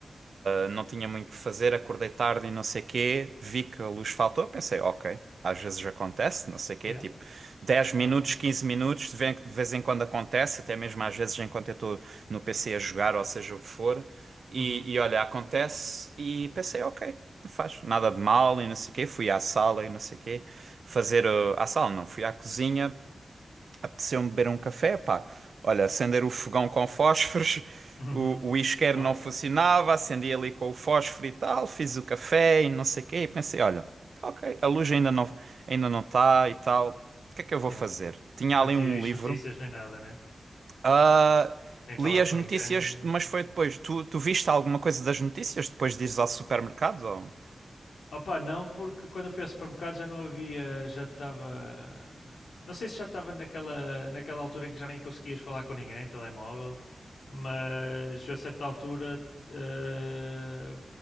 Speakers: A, on the right; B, on the left.
A: Uh, não tinha muito o que fazer, acordei tarde e não sei quê, vi que a luz faltou, pensei, ok, às vezes acontece, não sei quê,
B: yeah,
A: tipo 10 minutos,
B: normal.
A: 15 minutos, de ve- de vez em quando acontece, até mesmo às vezes enquanto eu estou no PC a jogar, ou seja o que for, e,
B: Uhum.
A: e olha, acontece, e pensei, ok, não faz nada de mal e não sei quê, fui à sala e não sei quê, fazer, uh, à sala não, fui à cozinha Apeteceu-me beber um café, pá. Olha, acender o fogão com fósforos,
B: <laughs>
A: o,
B: Uhum.
A: o isqueiro
B: Clássico.
A: não funcionava, acendi ali com o fósforo e tal, fiz o café e não sei o quê, e pensei, olha, ok, a luz ainda não ainda não está e tal, o que é que eu vou
B: Yeah.
A: fazer? Tinha
B: Não
A: ali
B: tinhas
A: um
B: visto
A: livro,
B: notícias nem nada, né?
A: ah,
B: Nem falado
A: li as
B: com
A: notícias,
B: ninguém,
A: mas
B: não sei
A: foi
B: o quê.
A: depois. Tu, tu viste alguma coisa das notícias depois de ires ao supermercado? ou-
B: Opa, não, porque quando eu fui ao supermercado já não havia, já estava. Não sei se já estava naquela, naquela altura em que já nem conseguias falar com ninguém, telemóvel, mas a certa altura eh,